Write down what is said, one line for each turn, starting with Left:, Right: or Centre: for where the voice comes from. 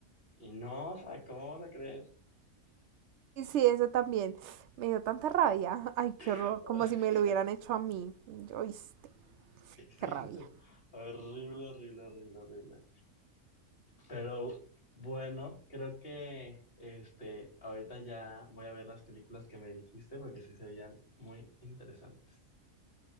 Left: Y no, o sea, ¿cómo vas a creer?
Right: Y sí, eso también. Me dio tanta rabia. Ay, qué horror.
Left: <laughs>
Right: Como si me lo hubieran hecho a mí. Oíste, qué
Left: Sí,
Right: rabia.
Left: horrible, horrible, horrible, horrible. Pero bueno, creo que este, ahorita ya voy a ver las películas que me dijiste porque sí serían muy interesantes.